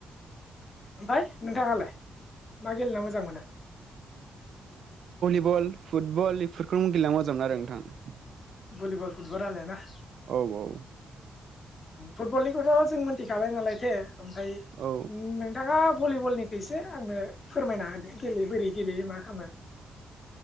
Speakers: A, on the left; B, on the right.
A: ओमफाय नोंथाङालाय मा गेलेना मोजां मोनो
B: बल फुटबल बेफोरखौनो गेलेना मोजां मोनो आरो नोंथां
A: भलिबल फुटबल आरो ना
B: औ औ
A: फुटबलनिखौथ' जों मिथिखाबाय नालाय थे ओमफ्राय
B: औ
A: नोंथाङा भलिबलनिखो इसे आंनो फोरमायना होदो गेले बोरै गेलेयो मा खालामो